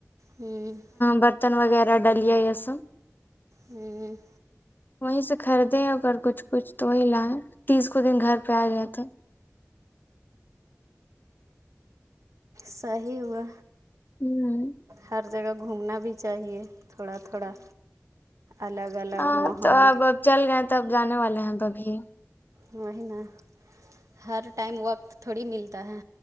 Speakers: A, on the right; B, on the left.
A: ہم
B: برتن وغیرہ ڈلیا یے سب
A: آمم
B: وہی سے خریدیں اگر کچھ کچھ تو وہیں لایں تیس کو دن گر پے آ جاتے
A: صحی ہوا
B: آمم
A: ہر جگہ گھومنا بھی چاہیے تھوڑا تھوڑا الگ الگ
B: ہاں
A: ماحول
B: تو اب اب چل گئے تب جانے والے ہیں تب بھی
A: وہ نا ہر ٹائم وقت تھوڑی ملتا ہے